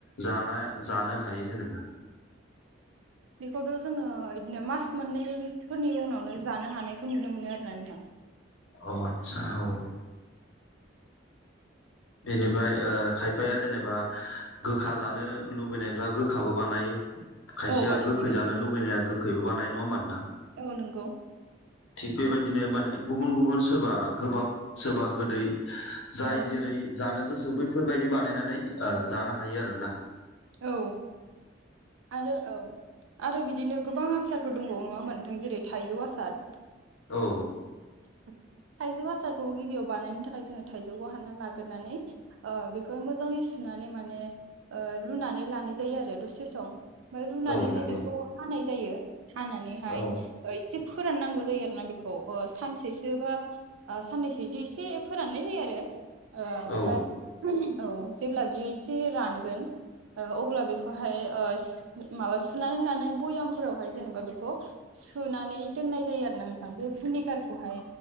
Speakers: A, on the left; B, on the right.
A: ज जानो हायो जेनेबा?
B: बेखौथ' जोङो बिदिनो मास मोननैफोरनि उनावनो जानो हानायखौ नुनो मोनो आरोना नोंथां।
A: औ आतसा औ । बेनिफ्राय ओ खायफाया जेनेबा गोखा जानो लुबैनायफ्रा गोखाबो बानायो। खायसेया
B: औ बानायो
A: गोखै जानो लुगैनाया गो खैबो बानायो नङा होनबा नोंथां?
B: औ नंगौ।
A: थिग बेबायदिनो माने गुबुन गुबुन सोरबा गोबाब सोरबा गोदै। जाय
B: औ
A: जेरै जानो गोसो बैफोरबायदि बानायनानै ओ जानो हायो आरोना।
B: औ आरो औ। आरो बिदिनो गोबां आसारफोर दंबावो नङा होनबा नोंथां जेरै थाइजौ आसार।
A: औ।
B: थाइजौ आसारखौबो गिबियाव बानायनो थाखाय जोङो थाइजौखौ हान्ना लाग्रानै ओ बेखौहाय मोजाङै सुनानै माने ओ रुनानै लानाय जायो आरो दसे सम ओमफ्राय रुनानैहाय
A: औ नंगौ
B: बेखौ हानाय जायो। हानानैहाय
A: औ
B: ओइ जे फोराननांगौ जायो आरोना बेखौ ओ सानसेसो बा ओ साननैसो बिदि एसे फोराननाय जायो आरो।
A: औ
B: ओ ओमफाय औ जेब्ला बियो एसे रानगोन ओ अब्ला बेखौहाय ओ माबा सुनानै लानाय बयामफोरावहाय जेनेबा बेखौ सुनानै दोननाय जायो आरो ना नोंथां बे भिनिगारखौहाय